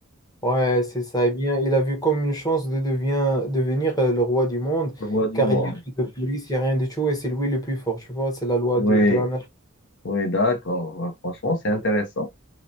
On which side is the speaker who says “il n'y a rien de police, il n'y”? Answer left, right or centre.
Left